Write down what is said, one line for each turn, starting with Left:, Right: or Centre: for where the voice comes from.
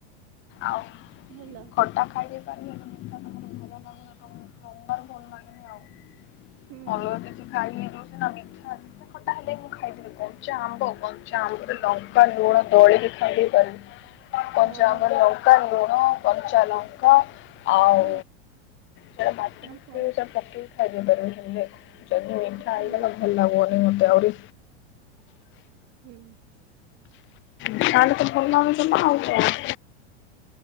Left: ଆଉ।
Right: ହାଲୋ।
Left: ଖଟା ଖାଇ ଦେଇେଇ ପାରିବେ ମିଠା ତମ ଭଲ ଲାଗୁନ ତବାର ଭଲ ଲାଗେନି ଆଉ।
Right: ହୁଁ
Left: ଅଲଗା କିଛି ଖାଇ <unintelligible> ସିନା ମିଠା ଯେତେ ଖଟା ହେଲେ ମୁଁ ଖାଇଦେବି କଞ୍ଚା ଆମ୍ବ କଞ୍ଚା ଆମ୍ୱରେ ଲଙ୍କା ଲୁଣ ଦଳିକି ଖାଇ ଦେଇ ପାରିବି, କଞ୍ଚା
Right: ବଢିଆ
Left: ଆମ୍ବରେ ଲଙ୍କା, ଲୁଣ, କଞ୍ଚା ଲଙ୍କା। ଆଉ
Right: ହୁଁ
Left: ସେଟା ମାଟି
Right: ଆଉ କଣ?
Left: ପକେଇ ଖାଇ ଦେଇ ପାରିବେ ସେଟା ମିଠା ହେ
Right: ହୁଁ
Left: ଇଗଲା ଭଲ ଲାଗୁନି ମତେ ଆରି
Right: ହୁଁ।
Left: ତାହେଲେ ତ ଭଲ ଲାଗୁନି ଯମା ଆଉକଣ।